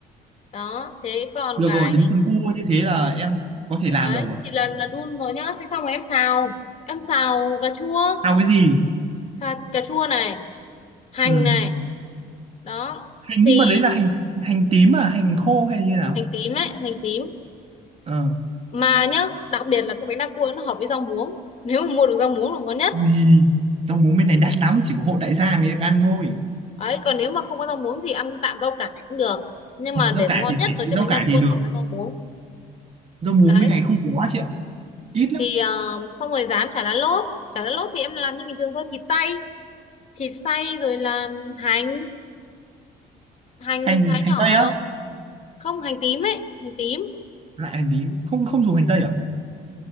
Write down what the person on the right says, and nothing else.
được
rồi đến phần cua như thế là em có thể làm
được rồi
sao cái gì
ừ.
hành
nhưng mà đấy là hành hành tím à hành khô hay là như nào
ờ
vì rau muống bên này đắt lắm chỉ có hộ đại gia mới được ăn thôi
Ờ,
rau cải
thì
rẻ,
rau
cải
thì được
rau muống
bên này không có chị ạ ít lắm
hành
hành
tây
á
lại hành tím không không dùng hành tây à